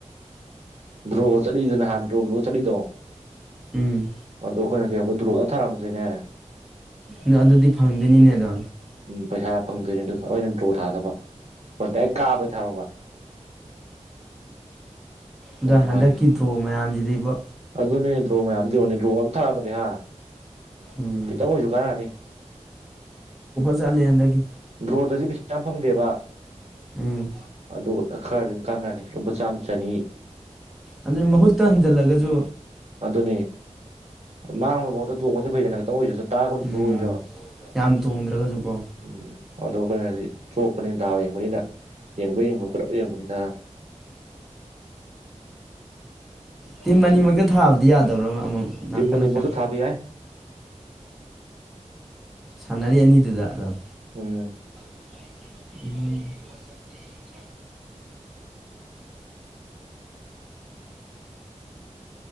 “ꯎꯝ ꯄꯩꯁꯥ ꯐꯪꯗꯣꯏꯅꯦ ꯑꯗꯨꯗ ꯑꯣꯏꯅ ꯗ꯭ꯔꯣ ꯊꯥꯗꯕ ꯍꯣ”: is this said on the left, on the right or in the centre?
Right